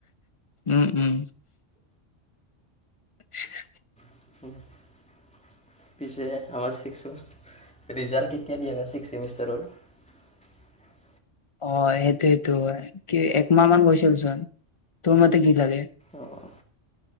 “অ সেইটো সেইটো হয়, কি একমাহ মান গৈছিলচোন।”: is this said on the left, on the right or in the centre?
Left